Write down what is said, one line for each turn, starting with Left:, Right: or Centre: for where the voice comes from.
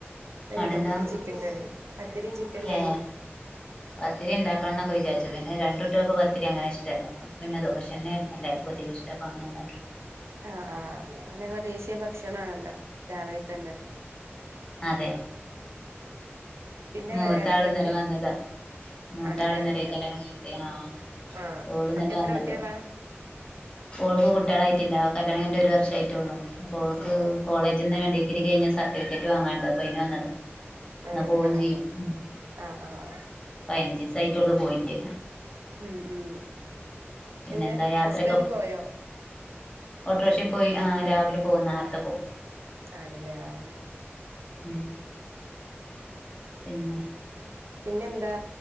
Right: പിന്നെ
Left: അവിടെന്താ
Right: പത്തിരിയും ചിക്കൻ കറിം പത്തിരി ചിക്കൻ
Left: ഏ
Right: കറിം
Left: പത്തിരി ഉണ്ടാക്കണം എന്നൊക്കെ വിചാരിച്ചു പിന്നെ രണ്ടുകുട്ടികൾക്കെ പത്തിരി അങ്ങനെ ഇഷ്ടല്ല പിന്നെ ദോശ ന്നെ എല്ലാർക്കും അധികം ഇഷ്ട അപ്പ അങ്ങനെ ഉണ്ടാക്കി
Right: ആഹ് ആഹ് ഞങ്ങളെ ദേശീയ ഭക്ഷണ ആണല്ലോ രാവിലെ തന്നെ
Left: തെ
Right: പിന്നെ
Left: മൂത്താള്
Right: വേറെന്തൊക്കെ
Left: ഇന്നലെ വന്നതാ മൂത്താള്
Right: ആണല്ലേ
Left: ഇന്നലെ
Right: കല്യാ
Left: കല്യാണം ക്കഴിഞ്ഞിട്ട് ആഹ്
Right: ആഹ്
Left: ഓള് ഇന്നലെ
Right: അവക്ക് എത്ര
Left: വന്ന്ക്ക്ണു
Right: കുട്ടികളാ
Left: അവഓൾക്ക് കുട്ടികളായിട്ടില്ല കല്യാണം കഴിഞ്ഞിട്ട് ഒരു വർഷ ആയിട്ടുള്ളു അപ്പോ ഓൾക്ക്
Right: ഓഹ് ഓഹ്
Left: കോളേജിൽ നിന്ന് വേണ്ടി ഡിഗ്രി കഴിഞ്ഞ സർട്ടിഫിക്കറ്റ് വാങ്ങാണ്ട് അപ്പൊ അയ്ൻ വന്നത ഇന്ന്
Right: ആണല്ലേ
Left: പോവും ചെയ്യും ഉം
Right: ആഹ് ആഹ്
Left: പതിനഞ്ച് ദിവസായിട്ട് ഒള്ളു പോയിട്ട്
Right: ഉം ഉം
Left: പിന്നെന്താ
Right: പിന്നെ
Left: യാത്രയൊക്കെ
Right: ഹസ്ബന്റ് പോയോ
Left: ഓട്ടോറിക്ഷയിൽ പോയി ആഹ് രാവിലെ പോവും നേരത്തെ പോവും
Right: ആണ് ല്ലേ ആഹ്
Left: ഉം പിന്നെ
Right: പിന്നെ എന്താ